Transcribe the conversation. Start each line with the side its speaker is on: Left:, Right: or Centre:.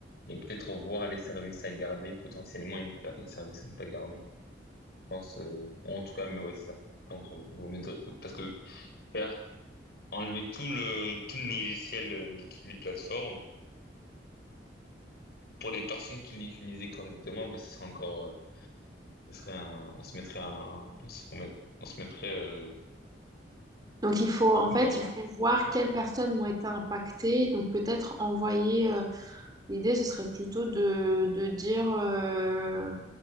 Left: et peut-être voir les services à garder potentiellement et les, les services à ne pas garder. Je pense euh, ou en tout cas mais ouais c'est ça. Je pense euh, vous mettre- parce que faire enlever tout le tout le logiciel euh, de toutes les plateformes pour les personnes qui l'utilisaient correctement, bah, ce sera encore euh, Ce serait un, on se mettrait un, on se remet, on se mettrait euh,
Right: Donc, il faut, en
Left: dans,
Right: fait, il faut voir
Left: ouais,
Right: quelles personnes ont été impactées. Donc, peut-être envoyer, euh, L'idée, ce serait plutôt de, de dire, euh,